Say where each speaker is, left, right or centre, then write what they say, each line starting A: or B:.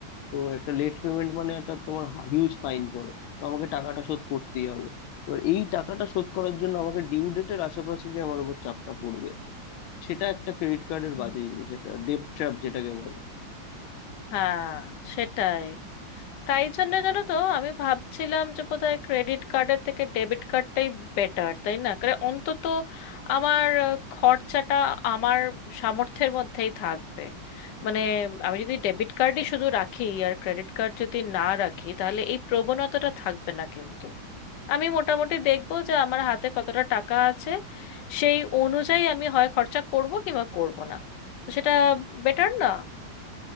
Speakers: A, on the left; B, on the left.
A: তো একটা লেট পেমেন্ট মানে একটা তোমার হিউজ ফাইন পড়ে তো আমাকে টাকাটা শোধ করতেই হবে এবার এই টাকাটা শোধ করার জন্য আমাকে ডিউ ডেটের আশেপাশে যে আমার উপর চাপটা পড়বে সেটা একটা ক্রেডিট কার্ডের
B: হুম।
A: বাজে জিনিস একটা ডেট ট্র্যাপ যেটাকে বলে
B: হ্যাঁ সেটাই তাই জন্য জানো তো আমি ভাবছিলাম যে বোধহয় ক্রেডিট কার্ডের থেকে ডেবিট কার্ডটাই বেটার তাই না করে অন্তত আমার আহ, খরচাটা আমার সামর্থ্যের মধ্যেই থাকবে মানে আমি যদি ডেবিট কার্ডই শুধু রাখি আর ক্রেডিট কার্ড যদি না রাখি তাহলে এই প্রবণতাটা থাকবে না কিন্তু আমি মোটামুটি দেখবো যে আমার হাতে কতটা টাকা আছে সেই অনুযায়ী আমি হয় খরচা করব কিংবা করব না তো সেটা বেটার না